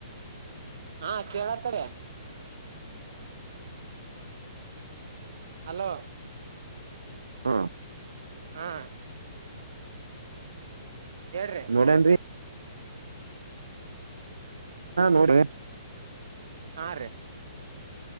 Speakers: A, on the right; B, on the right.
A: ಹಾ ಕೇಳತ್ತಾರ ಹಲೋ
B: ಹಾ
A: ಹಾ ಹೇಳ್ರಿ
B: ನೋಡೇನ್ರಿ ನೋಡಿ
A: ಆ